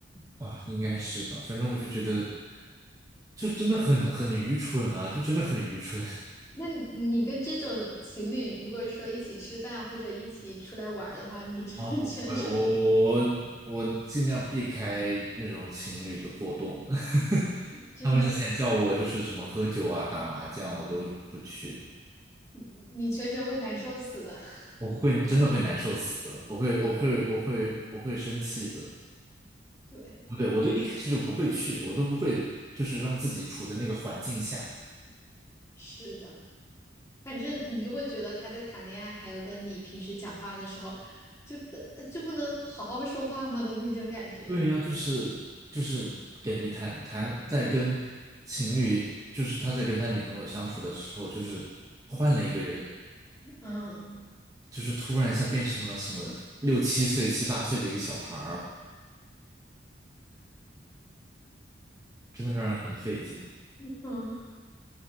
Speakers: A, on the right (about 20°); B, on the left (about 15°).
A: 啊，应该是吧？反正我就觉得，就真的很很愚蠢啊，就真的很愚蠢
B: 那你跟这种情侣，如果说一起吃饭或者一起出来玩儿的话，你真的全程
A: <laughs> 啊！不会，我我我尽量避开那种情侣的活动。<laughs>
B: 真的，
A: 他们之前叫我就是什么喝酒啊、打麻将，我都不去，
B: 你你全程会难受死的。<laughs>
A: 我会真的会难受死的，我会我会我会我会生气的。
B: 对，
A: 不对，
B: 有，
A: 我都一开始就不会去，我都不会就是让自己处在那个环境下。
B: 是的，反正你就会觉得他在谈恋爱，还有跟你平时讲话的时候，就的就不能好好说话吗的那种感觉。
A: 对呀，就是就是感觉谈谈在跟情侣，就是他在跟他女朋友相处的时候，就是换了一个人，
B: 嗯
A: 就是突然一下变成了什么六七岁、七八岁的一个小孩儿，真的让人很费解。
B: 嗯，